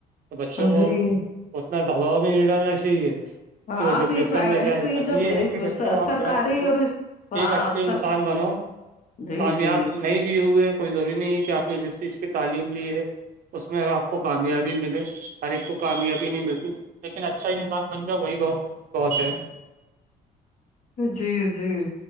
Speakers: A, on the right; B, on the left.
A: تو بچوں کو
B: جی
A: اتنا دباؤ بھی نہیں ڈالنا چاہیے کہ
B: ہاں
A: وہ ڈپریشن
B: تو یہ پرائیویٹ
A: میں
B: ایک
A: جائے
B: تو
A: بس
B: جب
A: یہ ہے کہ بچوں آپ
B: سرکاری
A: جاؤ پڑھو
B: اور ہاں
A: ایک اچھے
B: سر
A: انسان بنو
B: جی
A: کامیاب
B: جی
A: نہیں دیے ہوئے ہے کوئی ضروری نہیں ہے کہ آپ نے جس چیز کی تعلیم لی ہے اس میں آپ کو کامیابی ملے ہر ایک کو کامیابی نہیں ملتی لیکن اچھا انسان بن جاؤ وہی بہت بہت ہے
B: جی جی